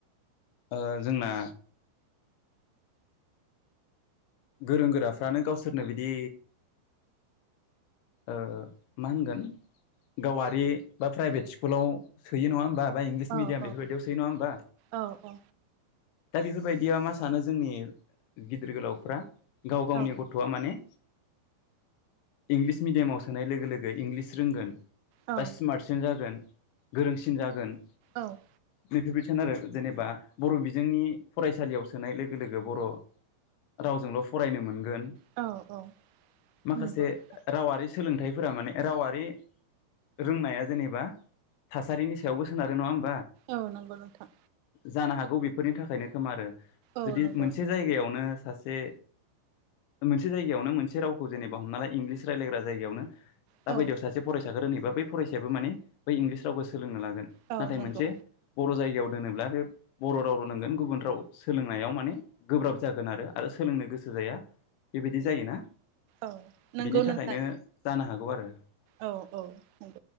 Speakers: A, on the left; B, on the right.
A: ओ जोंना गोरों गोराफ्रानो गावसोरनो बिदि <inaudible> ओ मा होनगोन गावारि बा प्राइभेट स्कुलाव सोयो नङा होमबा? बा इंलिस
B: औ
A: मिडियाम
B: औ
A: बेफोरबायदियावसै नङा होमबा?
B: औ
A: दा बेफोरबायदिया मा सानो जोंनि गिदिर गोलाव फ्रा। गाव गावनि
B: औ
A: गथ'आ माने <inaudible> इंलिस मिडियामाव सोनाय लोगो लोगो इंलिस रोंगोन।
B: औ
A: बा सिमार्टसिन‌ जागोन। गोरोंसिन जागोन।
B: औ।
A: नै बेफोरबायदि सानो आरो। जेनेबा बर' बिजोंनि फरायसालियाव सोनाय लोगो लोगो बर' रावजोंल' फरायनो मोनगोन।
B: औ औ औ
A: माखासे
B: नंगौ
A: रावारि सोलोंथाइ फोरा माने रावारि रोंनाया जेनेबा थासारिनि सायावबो सोनारो नङा होन
B: औ नोंगौ नोंथां।
A: जानो हागौ बेफोरनि थाखायनो खोमा आरो।
B: औ
A: जुदि
B: नंगौ
A: मोनसे जायगायावनो सासे जे मोनसे जायगायावनो मोनसे रावखौ जेनेबा हमना ला इंलिस रायज्लायग्रा जायगायावनो। दा
B: औ
A: बायदियाव सासे फरायसा रोननैबा बै फरायसायाबो माने बै इंलिस रावखौ सोलोंनो ला गोन
B: औ
A: नाथाय
B: नंगौ
A: मोनसे बर' जाय याव दोनोब्ला बे बर' राव लोंगोन गुबुन राव सोलोंनायाव माने गोब्राब जागोन आरो आरो सोलोंनो गोसो जाया बेबायदि जायोना
B: औ नंगौ
A: बिनि
B: नोंथां
A: थाखायनो जानो हागौ आरो ओ
B: औ औ नंगौ